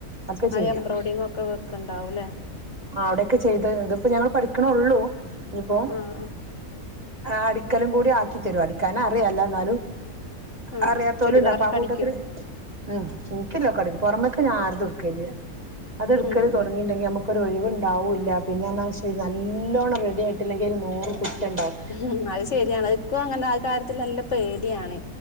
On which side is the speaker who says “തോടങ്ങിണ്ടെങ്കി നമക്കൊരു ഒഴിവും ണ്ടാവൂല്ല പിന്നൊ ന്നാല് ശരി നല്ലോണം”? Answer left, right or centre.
Right